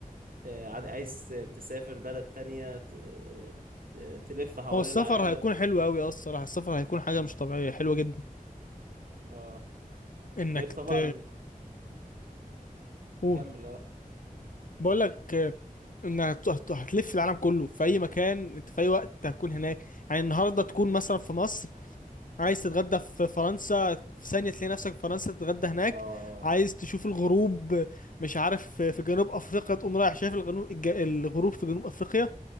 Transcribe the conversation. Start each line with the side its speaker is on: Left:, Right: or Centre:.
Right: اه، عاد- عايز تسافر بلد تانية ت- اه، تلف حوالين
Left: هو السفر
Right: العالم
Left: هيكون حلو أوي أه الصراحة السفر هيكون حاجة مش طبيعية حلوة جدا
Right: اه
Left: إنك
Right: غير طبعا
Left: ت... قول.
Right: كمل اه
Left: بقول لك ان هت- هت- هتلف العالم كله في اي مكان انت في اي وقت هتكون هناك يعني النهارده تكون مثلا في مصر عايز تتغدى في فرنسا في ثانيه تلاقي نفسك في فرنسا تتغدى هناك
Right: اه آه.
Left: عايز تشوف الغروب مش عارف في في جنوب افريقيا تقوم رايح شايف الغنو- الج- الغروب في جنوب افريقيا